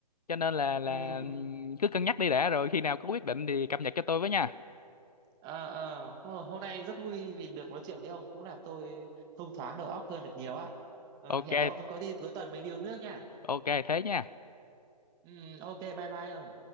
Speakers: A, on the left; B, on the right.
A: cho nên là là
B: ừ,
A: ừm,
B: ừ.
A: cứ cân nhắc đi đã rồi khi nào có quyết định thì cập nhật cho tôi với nha
B: Ờ, ờ. Hô- hôm nay rất vui vì được nói chuyện với ông cũng làm tôi thông thoáng đầu óc hơn được nhiều á Ờ,
A: ok
B: hẹn ông có đi cuối tuần mình đi uống nước nha
A: ok thế nha
B: ừ, ok bye bye ông